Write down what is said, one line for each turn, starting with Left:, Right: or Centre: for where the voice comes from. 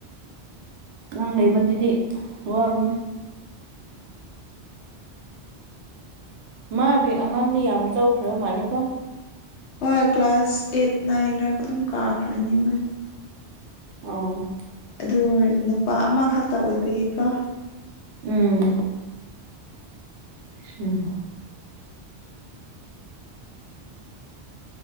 Right: ꯑꯉꯥꯡ ꯂꯩꯕꯗꯗꯤ ꯋꯥꯕꯅꯤ ꯃꯥꯒꯤ ꯑꯉꯥꯡꯗꯤ ꯌꯥꯝ ꯆꯥꯎꯈ꯭ꯔꯕ ꯃꯥꯜꯂꯤꯀꯣ
Left: ꯍꯣꯏ ꯀ꯭ꯂꯥꯁ ꯑꯦꯠ ꯅꯥꯏꯟꯗ ꯑꯗꯨꯝ ꯀꯥꯈ꯭ꯔꯅꯤ ꯃꯥꯏꯗꯤ
Right: ꯑꯣ
Left: ꯑꯗꯨ ꯅꯨꯄꯥ ꯑꯃꯈꯛꯇ ꯑꯣꯏꯕꯒꯤꯀꯣ
Right: ꯎꯝ ꯎꯝ
Left: <inaudible>